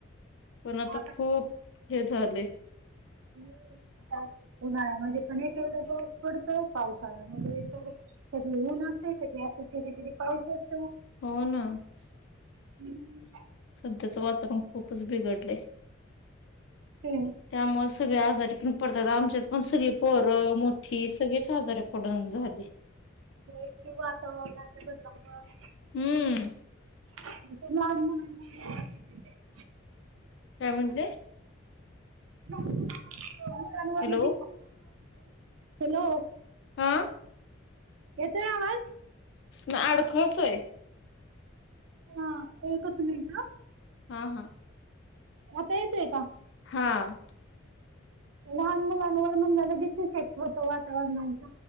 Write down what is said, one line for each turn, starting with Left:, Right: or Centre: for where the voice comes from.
Left: पण आता
Right: मग
Left: खूप हे झालय.
Right: हम्म आता उन्हाळ्यामध्ये पण एक एकदा जेव्हा पडतय पावसाळा मधे तर कधी ऊन असतय कधी असं जिरी जिरी पड पाहिजे असतो
Left: हो ना.
Right: हम्म.
Left: सध्याचं वातावरण खूपच बिघडलय.
Right: ते-
Left: त्यामुळे सगळे आजारी पण पडतात आमच्यात पण सगळी पोरं मोठी सगळेच आजारी पडून झाली.
Right: होय ते वातावरणाच्या बदला मुळं.
Left: हम्म
Right: <inaudible>
Left: काय म्हटले?
Right: <unintelligible> ताई
Left: हॅलो
Right: हेलो.
Left: हा
Right: येतोय आवाज.
Left: ना अडखळतोय.
Right: हा एकच मिनट.
Left: हा हा.
Right: आता येत रे का?
Left: हां.
Right: लहान मुलांवर म्हण ल लगेच सेट होत वातावरणचा